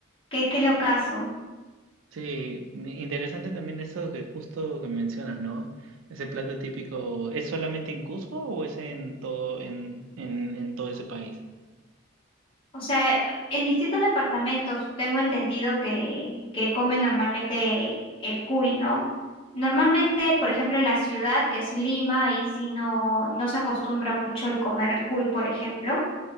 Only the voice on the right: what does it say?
Sí, me- interesante también eso que justo que mencionas, ¿no? Ese plato típico, ¿es solamente en Cusco o es en todo, en, en, en todo ese país?